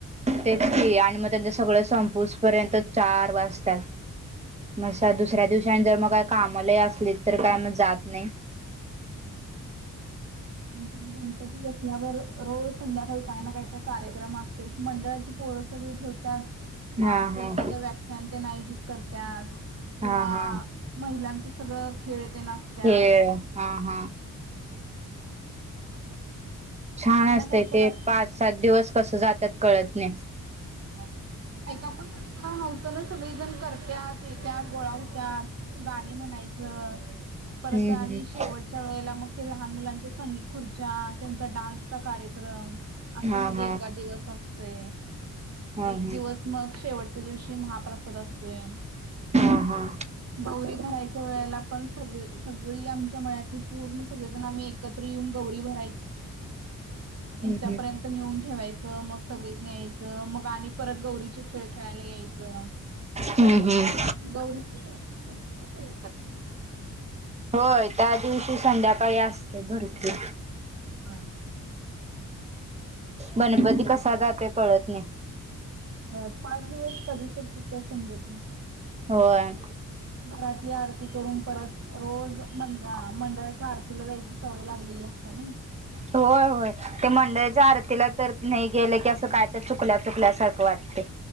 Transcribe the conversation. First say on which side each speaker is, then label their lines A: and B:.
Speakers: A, on the right; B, on the right.
A: तेच क आणि मग त्यांचं सगळं ऊसपर्यंत चार वाजतात म दुसऱ्या दिवस जर मग का कामाला असली तर काय मग जात नाही.
B: हम्म म्हण गणपती बसण्यावर रोज संध्याकाळी काही ना काही कार्यक्रम असते मंडळाची, रस ठेवतात मा
A: हा
B: असं
A: हा
B: एखाद व्याख्यान त्यां आयोजित करतात. किंवा
A: हा हा
B: महिलांचं सगळं खेळ ते नासत्यात.
A: खेळ हा
B: ह
A: हा
B: <inaudible>
A: छान
B: काही
A: असतय
B: ना काही तर
A: ते
B: असतंय
A: पाच, सात दिवस कसं जातात कळत नाही.
B: ह <inaudible> ऐका पण क <unintelligible> ना सगळेजण करत्या येत्या गोळा होत गाणी म्हणाय च परत
A: हम्म
B: आणि
A: हम्म
B: शेवटच्या वेळेला मग ते लहान मुलांच्या संगीत खुर्च्या त्यांचा डान्स आचा कार्यक्रम आता
A: हा
B: मध्ये
A: हा
B: एका दिवस असते.
A: हा हा
B: एक दिवस मग शेवटच्या दिवशी महाप्रसाद असतोय.
A: हा हा
B: गौरी भरायच्या वेळेला पण सगळी सगळी आमची एकत्र ये ग भ
A: हम्म
B: तथर्
A: हम्म
B: <inaudible> नेऊन ठेवायचं मग कधीच नाही्यायच <inaudible> तर मग आणि परत गौरीचे खेळ खेळायला यायचं.
A: हम् हम
B: गौरी पण भरपूर प
A: होय त्या दिवशी संध्याकाळी असते भरपूर
B: हो
A: गणपती कसा जाते कळत नाही.
B: पाच दिवस कधी संपतात समजत नाही.
A: होय.
B: घरातली आरती करून परत रोज मं मंडळाच्या आरतीला जायची सवय लागलेली असते ना,
A: होय होय ते मंडळीच्या आरतीला तर नाही गेलं की असं काय तर चुकल्या चुकल्यासारखं वाटतेय.